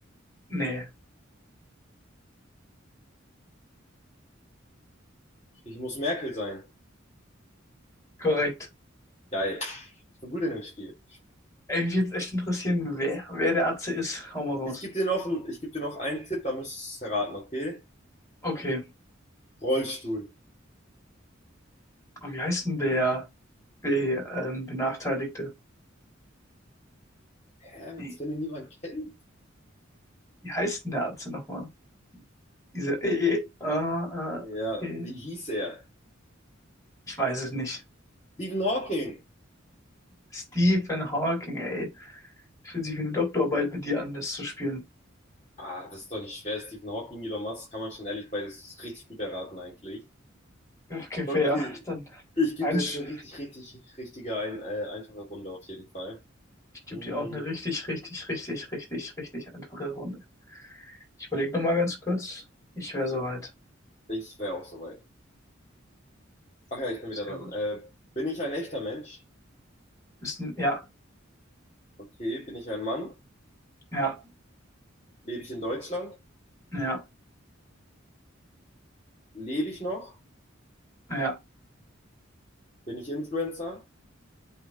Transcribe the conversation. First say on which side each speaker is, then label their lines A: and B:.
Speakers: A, on the left; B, on the left.
A: Nee,
B: Ich muss Merkel sein.
A: korrekt.
B: Geil. Ich bin gut in dem Spiel.
A: Ey, mich jetzt echt interessieren, wer, wer der Atze ist. Hau mal raus.
B: Ich gebe dir noch, einen- ich geb dir noch einen Tipp, da müsstest du es erraten, okay?
A: Okay.
B: Rollstuhl.
A: Und wie heißt denn der Be ähm, Benachteiligte?
B: Hä, was,
A: Nee,
B: wenn ihn niemand kennt?
A: wie heißt denn der Atze nochmal? Diese, äh, äh, äh,
B: Ja,
A: äh,
B: wie
A: äh,
B: hieß er?
A: ich weiß es nicht.
B: Stephen Hawking.
A: Stephen Hawking, ey. Fühlt sich wie eine Doktorarbeit mit dir an, das zu spielen.
B: Ah, das ist doch nicht schwer. Stephen Hawking, Elon Musk, kann man schon ehrlich beides richtig gut erraten eigentlich.
A: Okay,
B: Okay.
A: fair. Dann
B: Ich gebe
A: eins.
B: dir jetzt eine richtig, richtig, richtige, ein, äh, einfache Runde auf jeden Fall.
A: Ich gebe
B: Hm,
A: dir auch eine richtig, richtig, richtig, richtig, richtig einfache Runde. Ich überlege nochmal ganz kurz. Ich wäre soweit.
B: ich wäre auch soweit. Ach ja, ich bin wieder
A: Sehr
B: dran.
A: gut.
B: Äh, bin ich ein echter Mensch?
A: Bisschen, ja,
B: Okay. Bin ich ein Mann?
A: ja,
B: Lebe ich in Deutschland?
A: ja,
B: Lebe ich noch?
A: ja.
B: Bin ich Influencer?